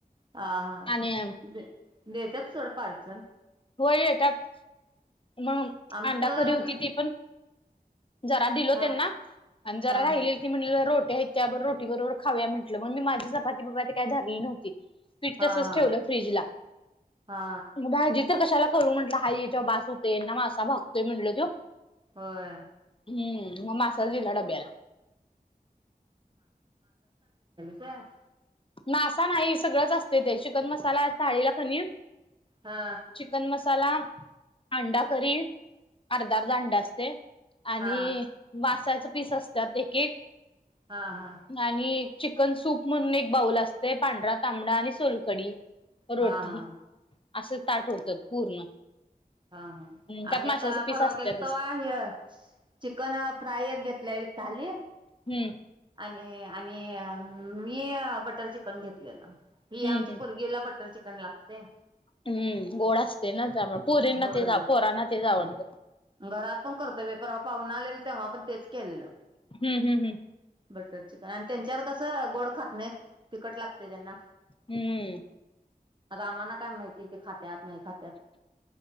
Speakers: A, on the right; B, on the left.
A: हा हा
B: आणि
A: देत्यात सोड पार्सल
B: व्हय येत्यात मग
A: आमचं
B: अंडाकरी होती ती पण जरा दिलो
A: हा
B: त्यांना आणि जरा
A: हा
B: राहिले ती म्हणल रो ह्याच्या रोटी बरोबर खाऊया म्हटलं मग मी माझी चपाती बपाती काय धरली नव्हती पीठ
A: हा
B: तसच
A: हा
B: ठेवलं फ्रीजला
A: हा
B: भाजी तर कशाला करू म्हटलं हा याच्या बास होतेय ना मासा भागतोय म्हटल तो
A: होय
B: हम्म मग मासाच दिला डब्याला
A: बर
B: मासा नाही सगळंच असत ते चिकन मसाला थाळीला कणी
A: हा
B: चिकन मसाला, अंडाकरी अर्धा अर्धा अंड असतय आणि
A: हा
B: मासाच पीस असत्यात एकेक
A: हा हा
B: आणि चिकन सूप म्हणून एक बाऊल असतय पांढरा तांबडा आणि सोलकडी रोटी
A: हा हा
B: असं ताट होतं पूर्ण
A: हा हा
B: त्यात
A: आम्ही
B: माशाचे
A: आता
B: पीस
A: परवा
B: असतातच
A: गेलो तवा हे चिकन फ्राय एक घेतलेली थाली
B: हम्म
A: हे आणि मी बटर चिकन घेतलेलं
B: हम्म
A: ही आमची
B: हम्म
A: पुरगीला बट बटर चिकन लागतंय
B: हम्म गोड असतय ना त्यामुळं पोरींना
A: होय
B: ते पोरांना तेच आवडत <inaudible>
A: घरात पण करतो बाई परवा पावण आलेल तेव्हा पण तेच केलेलं
B: हम्म हम्म हम्म
A: बटर चिकन आणि त्यांच्यात कसं गोड खात नाही तिखट लागतय त्यांना
B: हम्म
A: आता आम्हाना काय माहिती ते खात त्यात नाही खात्यात